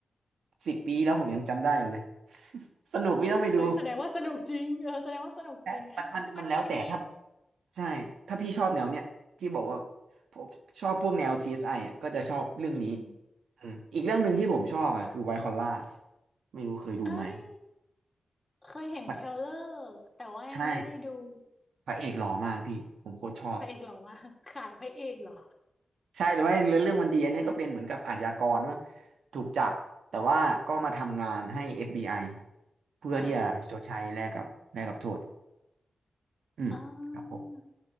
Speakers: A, on the right; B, on the left.
A: สิบปีแล้วผมยังจำได้อยู่เลย <laughs> สนุกพี่ต้องไปดู
B: เออแสดงว่าสนุกจริงเออแสดงว่าสนุกจริงเอ๊ะแต่มันมีใน
A: แต่มันมันมันแล้วแต่ถ้าใช่ถ้าพี่ชอบแนวเนี้ยที่บอกว่าผมชอบพวกแนว CSI อสไออ่ะก็จะชอบเรื่องนี้
B: อืม
A: อืมอีกเรื่องหนึ่งที่ผมชอบอ่ะคือไวท์คอลล่าไม่รู้เคยดูไหม
B: เอ้ยเคยเห็นเทรลเลอร์แต่ว่ายังไม่ได้ดู
A: พระใช่พระเอกหล่อมากพี่ผมโคตรชอบ
B: พระเอกหล่อมาก <laughs> ขายพระเอกเหรอ
A: ใช่แต่ว่าเรื่องวมันดีอันนี้ก็เป็นเหมือนกับอาชญากรว่าถูกจับแต่ว่าก็มาทำงานให้ FBI เพื่อที่จะชดใช้แลกกับแลกกับโทษ
B: เออ
A: อืมครับผม
B: เออ